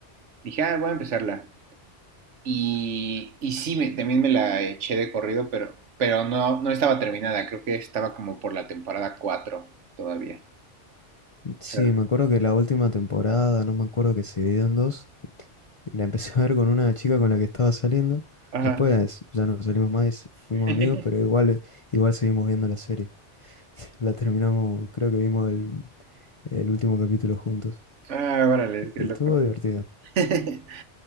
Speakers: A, on the right; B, on the left.
A: Dije, ah, voy a empezarla. Y, y sí, me- también me la eché de corrido, pero, pero no, no estaba terminada, creo que estaba como por la temporada 4 todavía.
B: Sí,
A: O sea,
B: me acuerdo que la última temporada, no me acuerdo que se dividió en dos, la empecé <laughs> a ver con una chica con la que estaba saliendo.
A: ajá.
B: Después ya no salimos más, fuimos
A: <laughs>
B: amigos, pero igual, igual seguimos viendo la serie. La terminamos, creo que vimos el, el último capítulo juntos.
A: Ah, órale,
B: Y
A: qué
B: estuvo
A: loco.
B: divertido.
A: <laughs>